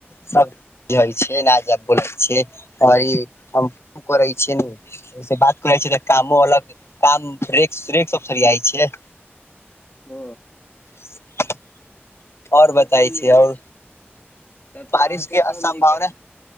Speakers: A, on the left; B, on the left.
A: समझए छिय स बोलै छ आओर ई हम करै छियै ना ओहिसे बात करै छियै तऽ कामो अलग काम ब्रेक ब्रेक सब सरियाइ छै
B: ह
A: <inaudible> आओर बताय
B: सब
A: छै
B: नीके
A: आओर
B: तब तऽ
A: बारिशके
B: अहाँके सब
A: असम्भावना
B: नीके छै